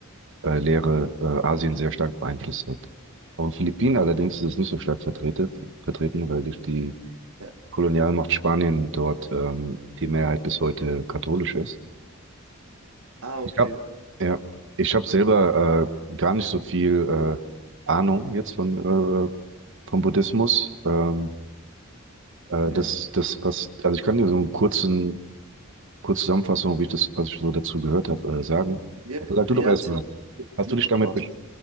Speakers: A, on the right (about 60°); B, on the right (about 85°).
A: äh, Lehre äh, Asien sehr stark beeinflusst hat. Auf den Philippinen allerdings ist es nicht so stark vertreten, vertreten, weil durch die
B: Ja.
A: Kolonialmacht Spanien dort ähm, die Mehrheit bis heute katholisch ist.
B: Ah,
A: Ich
B: okay.
A: habe ja, ich habe selber äh, gar nicht so viel äh, Ahnung jetzt von äh, vom Buddhismus. Ähm, äh,
B: Ja.
A: das das was also ich kann dir so einen kurzen kurze Zusammenfassung, wie ich das was ich so dazu gehört habe, äh, sagen.
B: Ja,
A: Aber sag du
B: ja,
A: doch erstmal,
B: erzähl mal, was du
A: hast
B: mitbekommen
A: du dich damit
B: hast.
A: besch-